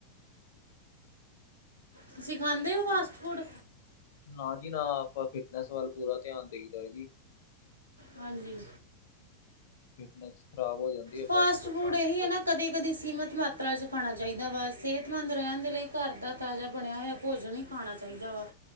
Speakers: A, on the right; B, on the left.
A: ਤੁਸੀਂ ਖਾਂਦੇ ਹੋ, ਫਾਸਟ ਫੂਡ
B: ਨਾ ਜੀ ਨਾ ਆਪਾਂ ਫਿਟਨੈਸ ਵੱਲ ਪੂਰਾ ਧਿਆਨ ਦੇਈਦਾ ਜੀ।
A: ਹਾਂਜੀ
B: ਫਿਟਨੈਸ ਖ਼ਰਾਬ ਹੋ ਜਾਂਦੀ। ਹੈ
A: ਫਾਸਟ ਫੂਡ
B: ਖਾਣ
A: ਇਹਹੀ
B: ਉੱਤੇ।
A: ਹੈ, ਨਾ ਕਦੇ ਕਦੇ ਸੀਮਿਤ ਮਾਤਰਾ ਵਿੱਚ ਖਾਣਾ ਚਾਹੀਦਾ ਵਾ ਸਿਹਤ ਸਿਹਤ ਮੰਦ ਰਹਿਣ ਦੇ ਲਈ ਘਰ ਦਾ ਤਾਜ਼ਾ ਬਣਿਆ ਹੋਇਆ। ਭੋਜਨ ਹੀ ਖਾਣਾ ਚਾਹੀਦਾ ਵਾ।